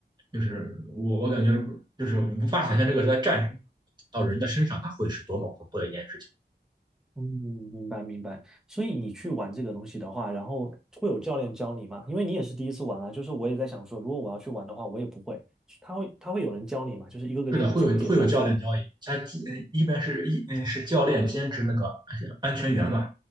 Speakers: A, on the right (about 25°); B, in the centre.
A: 就是我我感觉就是无法想象这个在战争到人的身上，它会是多么恐怖的一件事情。
B: 嗯，明白明白。所以你去玩这个东西的话，然后会有教练教你吗？因为你也是第一次玩啊，就是我也在想说，如果我要去玩的话，我也不会。他会他会有人教你吗？就是一个个给你讲解这样子吗？
A: 是的，会有会有教练交易，他一一般是一嗯是教练兼职那个安全安全员嘛，